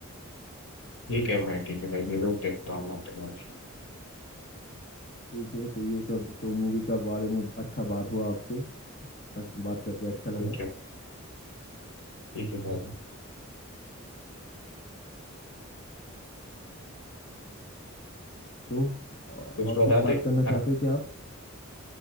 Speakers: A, on the left (about 70°); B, on the left (about 40°).
A: ठीक है भाई ठीक है भाई जरूर देखता हूँ माउंटेन मौसी
B: ठीक है तो ये सब तो मूवी का बारे में अच्छा बात हुआ आपसे आज बात करके अच्छा लगा
A: ठीक है ठीक है भाई
B: तो और
A: कुछ
B: और
A: बताते
B: कुछ बात करना चाहते
A: अब
B: हैं क्या आप